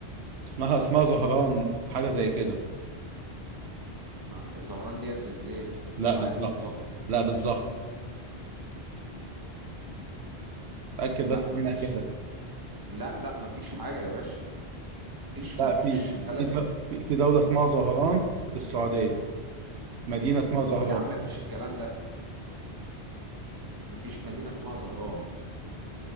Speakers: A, on the right; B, on the right.
A: اسمها اسمها زهران حاجة زي كده
B: ما الزهران ديت بالزيت
A: لا
B: انا
A: بالظا
B: عايز بالظبط
A: لا بالظا اتأكد
B: لا
A: بس
B: ما
A: منها
B: فيش
A: كده
B: لا لا ما فيش حاجة يا باشا مفيش
A: لا
B: مفيش
A: في
B: بلد
A: في دو-
B: اس-
A: في في دولة اسمها زهران في السعودية مدينة اسمها زهران
B: يا عم مفيش الكلام ده مفيش مدينة اسمها زهران